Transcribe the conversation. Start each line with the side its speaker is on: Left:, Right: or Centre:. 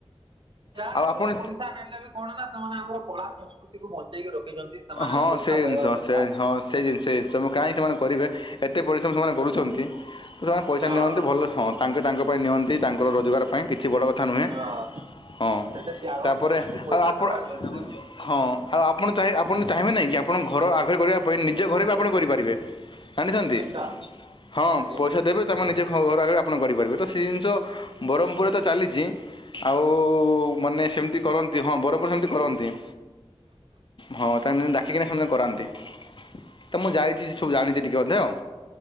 Right: ଯାହା
Left: ଆଉ
Right: ହେଲେ
Left: ଆପଣ
Right: ପଇସା ନେଲେ ବି କଣ ନା ସେମାନେ ଆମର କଳା ସଂସ୍କୃତିକୁୁ ବଞ୍ଚେଇକି ରଖିଛନ୍ତି। ସେମାନେ
Left: ହଁ
Right: ପଇସା
Left: ସେ ଜିନିଷ
Right: ପାଇବା ଦରକାର।
Left: ସେ ହଁ ସେ ଜିନିଷ ସେ ସବୁ କାହିଁଁ ସେମାନେ କରିବେ ଏତେ ପରିଶ୍ରମ ସେମାନେ କରୁଛନ୍ତି।
Right: ହଁ
Left: ସେମାନେ ପଇସା
Right: ହଁ
Left: ନିଅନ୍ତି ଭଲ ହଁ ତାଙ୍କ ତାଙ୍କ ପାଇଁ ନିଅନ୍ତି ତାଙ୍କର ରୋଜଗାର ପାଇଁ କିଛି ବଡ଼ କଥା କଥା ନୁହେଁ
Right: ହଁ
Left: ହଁ
Right: ସେତେ ତ୍ୟାଗ
Left: ତାପରେ
Right: କରୁଛନ୍ତି ପଇସା
Left: ଆଉ ଆପଣ
Right: ନେବା ଜରୁରୀ ବି।
Left: ହଁ ଆଉ ଆପଣ ଚାହିଁ ଆପଣ ଚାହିଁବେ ନାହିଁ କି ଆପଣଙ୍କ ଘର ଆଗରେ କରିବା ପାଇଁ ନିଜ ଘରେ ବି ଆପଣ କରିପାରିବେ ଜାଣିଛନ୍ତି।
Right: ଆଚ୍ଛା
Left: ହଁ
Right: ଆଜ୍ଞା
Left: ପଇସା ଦେବେ ତାମ ନିଜେ ଘର ଆଗରେ ଆପଣ କରିପାରିବେ ତ ସେ ଜିନିଷ ବରମପୁରରେ ତ ଚାଲିଛି। ଆଉ ମାନେ ସେମିତି କରନ୍ତି ହଁ ବରପର ସେମିତି କରନ୍ତି। ହଁ ତା ହେଲେ ଡାକିକିନା ସେ କରାନ୍ତି ତ ମୁଁ ଯାଇଛି ସବୁ ଜାଣିଛି ଟିକେ ଅଧେଆଉ।